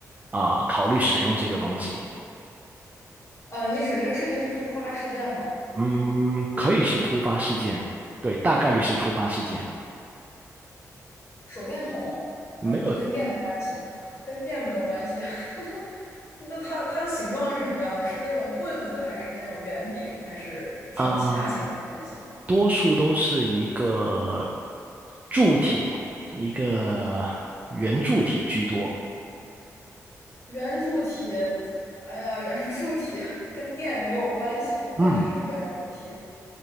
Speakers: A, on the right (about 25°); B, on the left (about 40°).
A: 啊、考虑使用这个东西。
B: 呃，你指这个事情是突发事件吗？
A: 嗯，可以是突发事件，对，大概率是突发事件，
B: 手电筒啊，
A: 没有
B: 不是跟电没关系，跟电没有关系。<laughs> 那它它的形状是什么样的？是那种棍子，还是那种圆饼，还是什么其他形状的东西？
A: 啊、多数都是一个柱体，一个圆柱体居多。
B: 圆柱体，哎呀，圆柱体跟电没有关系，
A: 嗯。
B: 但是是圆柱体。